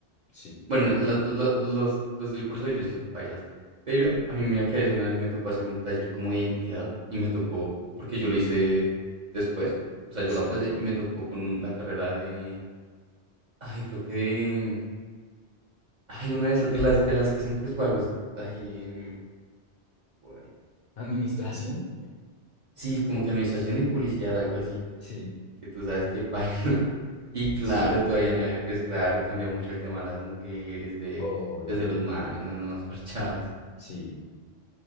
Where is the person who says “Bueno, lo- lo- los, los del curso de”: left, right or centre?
Right